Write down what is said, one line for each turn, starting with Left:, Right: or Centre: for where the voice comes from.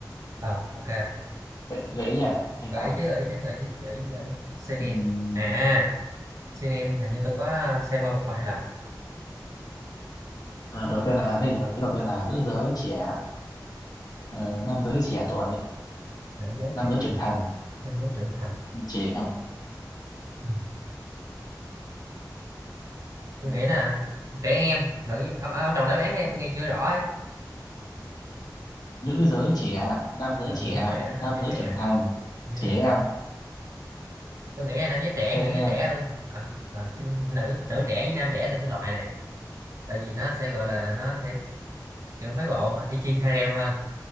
Right: ờ ok
Left: Gợi, gợi ý nha, hay
Right: gợi
Left: sao?
Right: ý chứ gợi ý chứ gợi ý chứ, gợi ý gợi ý seinen
Left: Ừm,
Right: à seinen hình như tôi có xem qua một vài lần
Left: à, đầu tiên là thế thì gợi ý đầu tiên là nữ giới trẻ Ờ, nam giới trẻ tuổi
Right: nữ dấu
Left: nam
Right: trẻ
Left: giới trưởng thành
Right: nam dấu trưởng thành
Left: trẻ em
Right: ừ. tôi
Left: Ừ.
Right: nghĩ là trẻ em nữ giới- ông, ông đọc đáp án nghe tôi nghe chưa rõ ấy
Left: nữ giới trẻ nam giới
Right: nữ
Left: trẻ
Right: giới trẻ nam
Left: nam
Right: giới
Left: giới
Right: trẻ
Left: trưởng thành
Right: như
Left: trẻ
Right: trưởng
Left: em
Right: thành tôi nghĩ là nam giới trẻ
Left: sen
Right: nữ giới
Left: em
Right: trẻ thôi à, à, chứ nữ nữ trẻ với nam trẻ tôi sẽ loại này tại vì nó sẽ gọi
Left: Ừ.
Right: là nó sẽ kiểu mấy bộ y chi harem hơn